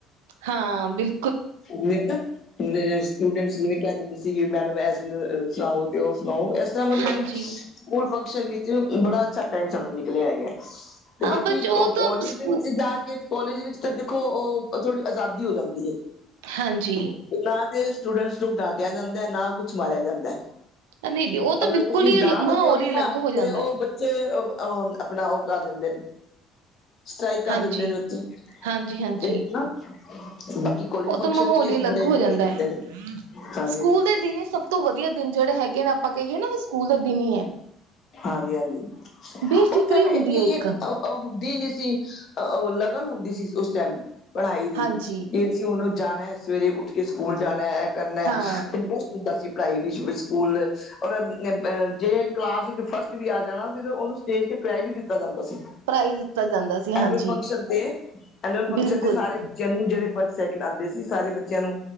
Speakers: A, on the right; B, on the left.
A: ਹਾਂ ਬਿਲ
B: <unintelligible> ਸਟੂਡੈਂਟਸ ਜਿਵੇਂ ਕਹਿ ਦਿੰਦੇ ਸੀ ਮੈਡਮ ਐ ਸੁਣਾਓ ਤੇ ਓ ਸੁਣਾਓ, ਐਸ ਤਰ੍ਹਾਂ ਮਤਲਬ
A: ਹਾਂਜੀ।
B: ਸਕੂਲ ਫੰਕਸ਼ਨ ਵਿੱਚ ਬੜਾ ਅੱਛਾ ਟਾਈਮ ਸਾਡਾ ਨਿਕਲਿਆ ਹੈਗਾ। ਤੇ
A: ਹਾਂ
B: ਬਾਕੀ
A: ਬਚ ਉਹ
B: ਕੋਲੇਜ
A: ਤਾਂ ਸਕੂ
B: ਦੇ ਵਿੱਚ ਜਾ ਕੇ ਤੇ ਕੋਲੇਜ ਵਿੱਚ ਤਾਂ ਦੇਖੋ ਉਹ ਥੋੜ੍ਹੀ ਅਜ਼ਾਦੀ ਹੋ ਜਾਂਦੀ ਐ।
A: ਹਾਂਜੀ।
B: ਨਾ ਤੇ ਸਟੂਡੈਂਟਸ ਨੂੰ ਡਾਂਟਿਆ ਜਾਂਦਾ ਐ, ਨਾ ਕੁਛ ਮਾਰਿਆ ਜਾਂਦਾ ਐ।
A: ਨਹੀਂ-ਨਹੀਂ ਉਹ ਤਾਂ
B: ਅਗਰ
A: ਬਿਲਕੁਲ
B: ਤੁਸੀਂ
A: ਹੀ
B: ਡਾਂਟ
A: ਮਾਹੌਲ
B: ਦਿਓਗੇ
A: ਹੀ ਅਲੱਗ
B: ਨਾ ਤੇ
A: ਹੋ ਜਾਂਦਾ
B: ਉਹ
A: ਹੈ।
B: ਬ ਬੱਚੇ ਉਹ ਆਪਣਾ ਉਹ ਕਰ ਦਿੰਦੇ ਨੇ। ਸਟ੍ਰਾਈਕ ਕਰ
A: ਹਾਂਜੀ।
B: ਦਿੰਦੇ ਨੇ ਬੱਚੇ,
A: ਹਾਂਜੀ-ਹਾਂਜੀ,
B: ਜੇ ਨਾ ਬਾਕੀ ਕੋਲਜ
A: ਉਹ
B: ਫੰਕਸ਼ਨ
A: ਤਾਂ ਮਾਹੌਲ
B: ਵੀ ਅਸੀਂ
A: ਹੀ ਅਲੱਗ
B: ਬੜੇ ਇੰਜੋਏ
A: ਹੋ ਜਾਂਦਾ
B: ਕੀਤੇ
A: ਐ, ਸਕੂਲ ਦੇ
B: ਨੇ ਹਾਂਜੀ
A: ਸਕੂਲ ਦੇ ਦਿਨ ਹੀ ਸਭ ਤੋਂ ਵਧੀਆ ਦਿਨ, ਜਿਹੜੇ ਹੈਗੇ ਨੇ ਆਪਾਂ ਕਹੀਏ ਨਾ ਉਹ ਸਕੂਲ ਦੇ ਦਿਨ ਹੀ ਐ।
B: ਹਾਂਜੀ ਹਾਂਜੀ,
A: ਬੇਫਿਕਰੀ
B: ਉਸ ਟਾਈਮ
A: ਹੁੰਦੀ
B: ਏਨੀ
A: ਹੈ ਇੱਕ
B: ਅ ਉਹ ਹੁੰਦੀ ਨੀ ਸੀ, ਉਹ ਲਗਨ ਹੁੰਦੀ ਸੀ ਉਸ ਟਾਈਮ ਪੜ੍ਹਾਈ ਦੀ,
A: ਹਾਂਜੀ।
B: ਏ ਤੇ ਹੁਣ ਜਾਣਾ ਐ, ਸਵੇਰੇ ਉੱਠ ਕੇ ਸਕੂਲ ਜਾਣਾ ਐ, ਇਹ ਕਰਨਾ
A: ਹਾਂ,
B: ਤੇ ਹੁੰਦਾ ਸੀ ਪੜ੍ਹਾਈ ਵੀ ਵਿਚ ਸਕੂਲ ਔਰ ਜੇ ਕਲਾਸ ਚ ਫਸਟ ਵੀ ਆ ਜਾਣਾ ਫਿਰ ਉਹਨੂੰ ਸਟੇਜ ਤੇ ਪ੍ਰਾਈਜ਼ ਵੀ ਦਿੱਤਾ ਜਾਂਦਾ ਸੀ।
A: ਪ੍ਰਾਈਜ਼ ਦਿੱਤਾ ਜਾਂਦਾ ਸੀ ਹਾਂਜੀ,
B: ਐਨੂਅਲ ਫੰਕਸ਼ਨ ਤੇ, ਐਨੂਅਲ ਫੰਕਸ਼ਨ
A: ਬਿਲਕੁਲ।
B: ਤੇ ਸਾਰੇ ਬੱਚਿਆਂ ਨੂੰ ਜਿਹੜੇ ਫਸਟ, ਸੈਕਿੰਡ ਆਂਦੇ ਸੀ ਸਾਰੇ ਬੱਚਿਆਂ ਨੂੰ